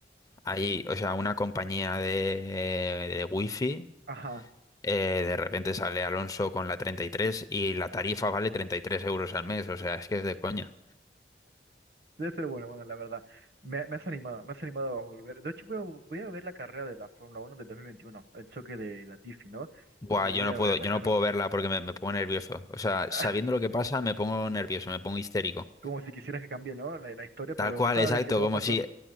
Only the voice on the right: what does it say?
Ajá.
Debe ser bueno, bueno, la verdad. Me, me has animado, me has animado a volver. De hecho, voy a, voy a ver la carrera de la Fórmula Uno del 2021, el choque de Latifi, ¿no?
Y voy
a
Uh, ver
la carrera.
<laughs>
Como si quisieras que cambie, ¿no? La, la historia, pero
sabes
que no
va a
pasar.